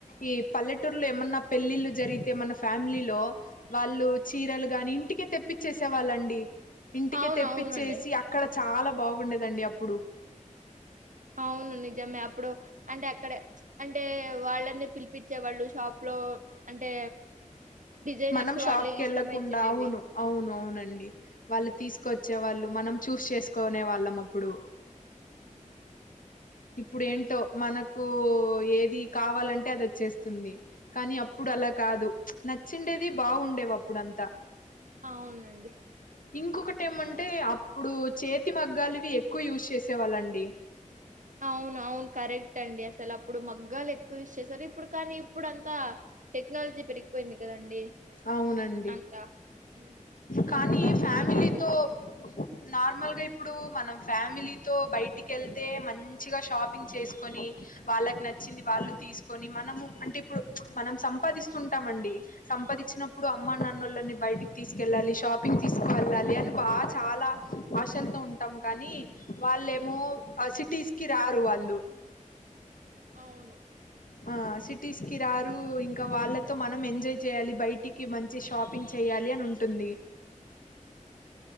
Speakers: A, on the left; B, on the right.
A: ఈ పల్లెటూర్లో ఏమన్నా పెళ్ళిళ్ళు జరిగితే మన ఫ్యామిలీలో వాళ్ళు చీరలు గాని ఇంటికే తెప్పిచ్చేసే వాళ్ళండి ఇంటికి
B: అవును
A: తెప్పిచ్చేసి
B: అవునండి
A: అక్కడ చాలా బాగుండేది దండి అప్పుడు
B: అవును నిజమే అప్పుడు అంటే అక్కడ అంటే వాళ్ళన్నీ పిలిపచ్చేవాళ్ళు షాప్ లో అంటే డిజైనర్స్
A: మనం షాప్కి
B: వాళ్ళే
A: వెళ్ళకుండా
B: ఇష్టమైతుండేవి
A: అవును అవును అవునండి వాళ్ళ తీసుకొచ్చే వాళ్ళు మనం చూస్ చేసుకోనే వాళ్ళం అప్పుడు
B: ఉ
A: ఇప్పుడు ఏంటో మనకు ఏది కావాలంటే అది వచ్చేస్తుంది కానీ అప్పుడు అలా కాదు నచ్చిండేది బాగుండేవి అప్పుడ అంతా
B: అవునండి
A: ఇంకొకటి ఏమంటే
B: మీరు
A: అప్పుడు చేతి మగ్గాలువి ఎక్కువ యూస్చేసేవాళ్ళండి
B: అవును అవును కరెక్ట్ అండి అసలు అప్పుడు మగ్గాలు ఎక్కువ స్ చేసారు ఇప్పుడు కానీ ఇప్పుడు అంతా టెక్నాలజీ పెరిగిపోయింది కదండి ఉమ్,
A: అవునండి
B: అంతా ఉమ్, సో
A: కానీ
B: అలాగ అంతా
A: ఫ్యామిలీతో
B: మిషన్స్ వచ్చాయి
A: నార్మల్గా ఇప్పుడు మనం ఫ్యామిలీతో బయటికి వెళ్తే మంచిగా షాపింగ్ చేసుకొని వాళ్ళకి నచ్చింది వాళ్ళు తీసుకొని మనము అంటే ఇప్పుడు మనం సంపాదిస్తుంటాం అండి సంపాది వచ్చినప్పుడు అమ్మ నన్నుళ్ళని బయటికి తీసుకెళ్ళాలి షాపింగ్ తీసుకు వెళ్ళాలి అని బాగా చాలా ఆశలతో ఉంటాం కానీ వాళ్ళేమో సిటీస్ కి రారు వాళ్ళు
B: అవును
A: ఆ సిట్ తీస్ క రారు ఇంకా వాళ్ళతో మనం ఎంజాయ్ చేయాలి బయట ఇటికి మంచి షాపింగ్ చెయాలి అని ఉంటుంది